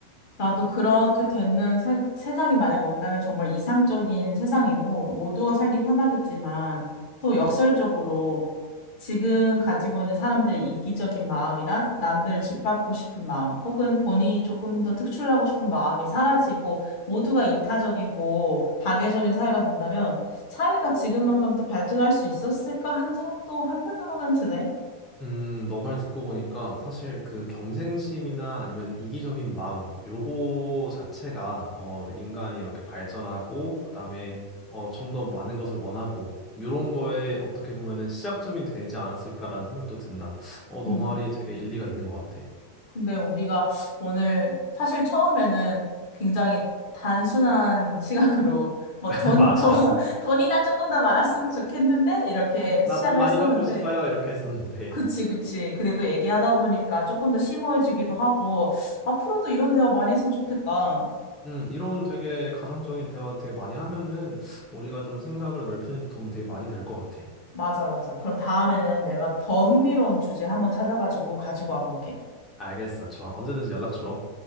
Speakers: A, on the left; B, on the left.
A: 나도 그렇게 되는 세, 세상이 만약 온다면 정말 이상적인 세상이고 모두가 살기 편하겠지만 또 역설적으로 지금 가지고 있는 사람들의 이기적인 마음이나 남들을 짓밟고 싶은 마음, 혹은 본인이 조금 더 특출나고 싶은 마음이 사라지고 모두가 이타적이고 파괴적인 사회가 된다면 사회가 지금만큼 또 발전할 수 있었을까 하는 생각도 한편으로는 드네.
B: 음, 너말 듣고 보니까 사실 그 경쟁심이나 아니면 이기적인 마음, 요거 자체가 어, 인간이 이렇게 발전하고 그다음에 어, 좀 더 많은 것을 원하고 요런 거에 어떻게 보면은 시작점이 되지 않았을까라는 생각도 든다. 어, 너
A: 음,
B: 말이 되게 일리가 있는 것 같아.
A: 근데 우리가 오늘 사실 처음에는 굉장히 단순한 <laughs> 시각으로 뭐
B: <laughs>
A: 돈,
B: 맞아.
A: 돈, <laughs> 돈이나 조금 더 많았으면 좋겠는데 이렇게
B: 나
A: 시작을
B: 돈 많이
A: 했었는데
B: 받고 싶어요. 이렇게 했었는데.
A: 그치, 그치. 근데 또 얘기하다 보니까 조금 더 심오해지기도 하고, 앞으로도 이런 대화 많이 했으면 좋겠다.
B: 음, 이런 되게 가정적인 대화 되게 많이 하면은 우리가 좀 생각을 넓히는 데 도움이 되게 많이 될 것 같아.
A: 맞아, 맞아. 그럼 다음에는 내가 더 흥미로운 주제 한번 찾아가지고 가지고 와볼게.
B: 알겠어. 좋아. 언제든지 연락 줘.